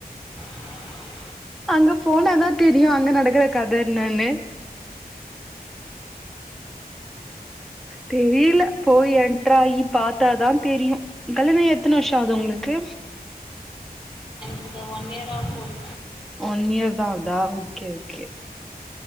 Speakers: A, on the left (about 30°); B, in the centre.
A: ஆமாம்.
B: அங்க போனாதா தெரியு அங்க நடக்கற கத என்னன்னு தெரில போய் என்ட்ராயி பாத்தாதா தெரியும் கல்யாண ஆகி எத்தன வருஷ ஆகுது உங்ளுக்கு
A: இப்ப ஒன் இயர் ஆக போது
B: ஒன் இயர் தா ஆகுதா ஓகே ஓகே